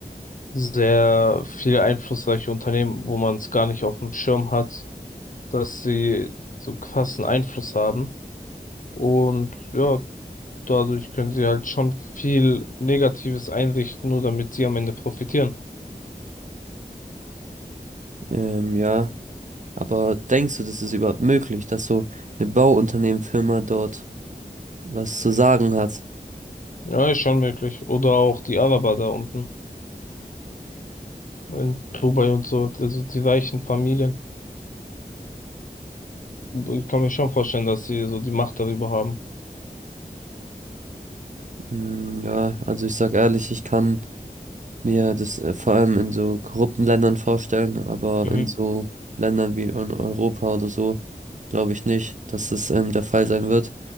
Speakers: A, on the left (about 55°); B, on the right (about 50°).
A: sehr viele einflussreiche Unternehmen, wo man es gar nicht auf dem Schirm hat, dass sie so krassen Einfluss haben. Und ja, dadurch können sie halt schon viel Negatives einrichten, nur damit sie am Ende profitieren.
B: Ähm, ja. Aber denkst du, das ist überhaupt möglich, dass so eine Bauunternehmenfirma dort was zu sagen hat?
A: Ja, ist schon möglich. Oder auch die Araber da unten in Dubai und so, also die reichen Familien. Ich kann mir schon vorstellen, dass sie so die Macht darüber haben.
B: Hm, ja, also ich sag ehrlich, ich kann mir das äh, vor allem in so korrupten Ländern vorstellen, aber
A: Mhm.
B: in so Ländern wie in Europa oder so, glaube ich nicht, dass das ähm, der Fall sein wird.